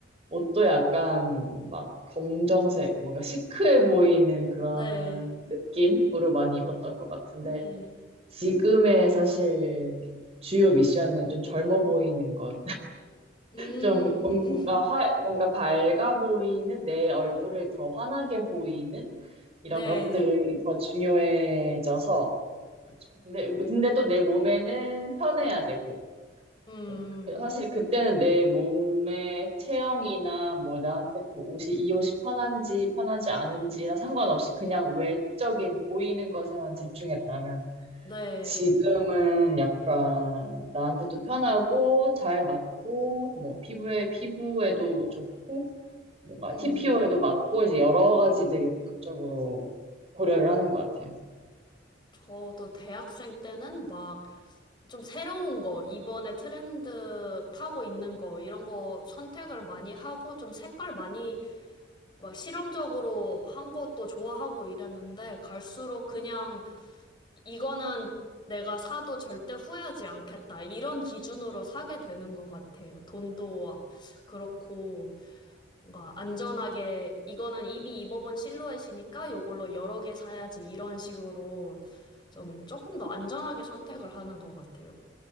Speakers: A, on the right (about 30°); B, on the left (about 25°).
A: 옷도 약간 막 검정색, 뭔가 시크해 보이는 그런
B: 네,
A: 느낌으로 많이 입었던 것 같은데,
B: 네,
A: 지금의 사실 주요 미션은 좀 젊어 보이는 것.
B: 음,
A: 좀 뭔-
B: <laughs>
A: 뭔가 화, 뭔가 밝아 보이는 내 얼굴을 더 환하게 보이는 이런
B: 네,
A: 것들이
B: 네, 네.
A: 더 중요해져서, 그쵸. 근데, 근데 또 내 몸에는 편해야 되고,
B: 음,
A: 네. 그- 사실 그때는 내 몸의 체형이나 뭐 나한테 뭐 옷이 이 옷이 편한지 편하지 않은지나 상관없이 그냥 외적인 보이는 것에만 집중했다면
B: 네,
A: 지금은 약간 나한테도 편하고 잘 맞고 뭐 피부에 피부에도 좋고 뭔가
B: 음.
A: TPO에도 맞고 이제 여러 가지들이 복합적으로 고려를 하는 것 같아요.
B: 저도 대학생 때는 막 좀 새로운 거, 이번에 트렌드 타고 있는 거, 이런 거 선택을 많이 하고 좀 색깔 많이 막 실험적으로 한 것도 좋아하고 이랬는데 갈수록 그냥 이거는 내가 사도 절대 후회하지 않겠다. 이런 기준으로 사게 되는 것 같아요. 돈도 그렇고. 뭔가 안전하게 이거는 이미 입어본 실루엣이니까 요걸로 여러 개 사야지 이런 식으로 좀 조금 더 안전하게 선택을 하는 것 같아요.